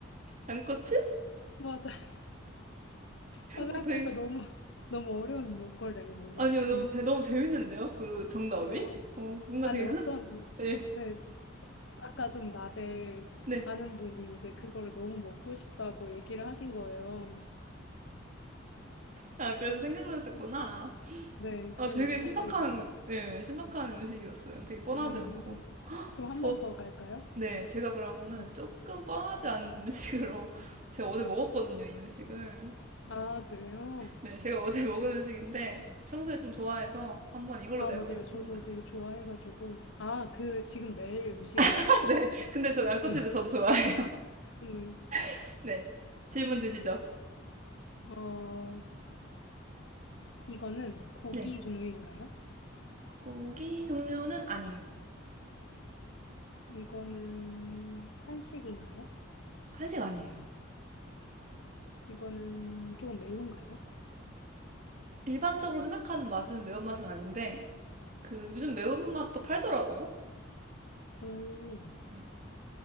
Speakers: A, on the right; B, on the left.
A: 양꼬치?
B: 맞아요. <laughs> 나 생각하니까
A: 어, 되게,
B: 너무, 너무 어려운 걸 낸 건가?
A: 아니,
B: 아무튼,
A: 너무, 재- 너무 재밌는데요? 그 정답이?
B: 어,
A: 어, 뭔가
B: 아니,
A: 되게
B: 어떤,
A: 흔,
B: 이,
A: 네,
B: 네, 아까 좀 낮에
A: 네.
B: 아는 분이 이제 그거를 너무 먹고 싶다고 얘기를 하신 거예요.
A: 아, 그래서 생각나셨구나.
B: <laughs> 네, 그래서
A: 아, 되게
B: 이제
A: 신박한,
B: 생각이 났네요.
A: 예, 신박한 음식이었어요. 되게 뻔하지
B: 음,
A: 않고.
B: 또 한
A: 저,
B: 번 더 갈까요?
A: 네, 제가 그러면은
B: 음,
A: 조금 뻔하지 않은 음식으로 <laughs> 제가 어제
B: 네.
A: 먹었거든요, 이 음식을.
B: 아, 그래요?
A: 네, 제가 어제 <laughs> 먹은 음식인데 평소에 좀 좋아해서 한번 이걸로
B: 아,
A: 내보겠습니다.
B: 맞아요. 저도 되게 좋아해가지고. 아, 그, 지금 내일 음식을
A: <laughs>
B: 드셨다고.
A: 네, 근데 저 양꼬치도
B: <laughs>
A: 저도 좋아해요.
B: 음,
A: <laughs> 네, 질문 주시죠.
B: 어, 이거는 고기
A: 네,
B: 종류인가요?
A: 고기 종류는 아니에요.
B: 이거는 한식인가요?
A: 한식 아니에요.
B: 이거는 조금 매운가요?
A: 일반적으로 생각하는 맛은 매운맛은 아닌데 그 요즘 매운맛도 팔더라고요.
B: 오,
A: 네,